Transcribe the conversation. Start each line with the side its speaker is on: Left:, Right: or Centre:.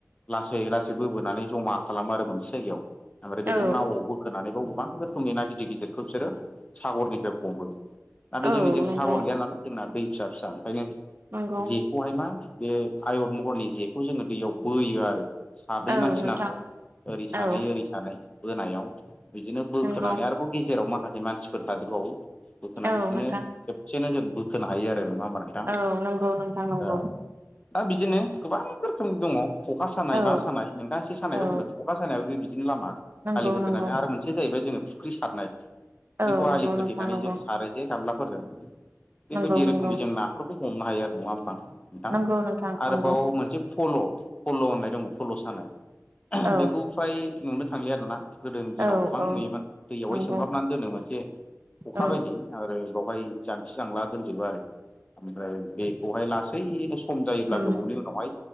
Left: लासै- लासै बोबोनानै जमा खालामो आरो मोनसे जायगायाव। ओमफ्राय
Right: औ
Left: बेखौ नावआव बोखोनानैबाव गोबां रोखोमनि ना गिदिर -गिदिरखौ बिसोरो सागरनिफ्राय हमो। नाथाय
Right: औ
Left: जोंनिजों
Right: नंगौ
Left: सागर गैया नालाय जोंना दै फिसा फिसा ओंखायनो
Right: नंगौ
Left: जेखौहाय मा बे आयत महरनि जेखौ जोङो दैयाव बोयो आरो साब्रै
Right: औ
Left: मानसि
Right: नोंथां
Left: नांगौ ओरै
Right: औ
Left: सानै ओरै सानै बोनायाव बिदिनो बो
Right: नंगौ
Left: खोनानै आरोबाव गेजेराव माखासे मानसिफोर थादेरबावो बोखोनानै
Right: औ
Left: बिदिनो
Right: नोंथां
Left: खेबसेनो जों बोखोनो हायो आरो नङा होमबा नोंथां
Right: औ नंगौ नोंथां नंगौ
Left: औ दा बिदिनो गोबां रोखोम दङ ख'खा सानाय
Right: औ
Left: मा सानाय नोंथाङा से सानायखौ
Right: औ
Left: बुंदों ख'खा सानायाबो बिदि बिदिनो लामा
Right: नंगौ
Left: आालि गोदोननानै
Right: नंगौ
Left: आरो मोनसे जाहैबाय जोङो फुख्रि सारनाय फुख्रिखौ
Right: औ नंगौ
Left: आलि खोथेनानै
Right: नोंथां नंगौ
Left: जों सारो जे गामलाफोरजों बेबायदि
Right: नंगौ नंगौ
Left: रोखोमै जों नाफोरखौ हमनो हायो आरो नङा होमबा नोंथां
Right: नंगौ नोंथां
Left: आरोबाव
Right: नंगौ
Left: मोनसे फल' फल' होननाय दङ फल' सानाय
Right: औ
Left: बेखौ फ्राय नुनो थांलिया आरोना गोदोनि दिनाव
Right: औ
Left: गोबां
Right: औ
Left: नुयोमोन दैयावहाय
Right: नंगौ
Left: सोमहाबनानै दोनो मोनसे अखा
Right: औ
Left: बायदि आरोबाव बेवहाय जांसि जांला दोनजोबो आरो ओमफ्राय बेखौहाय लासैनो सु खम जायोब्ला
Right: उम
Left: गोबावनि उनावहाय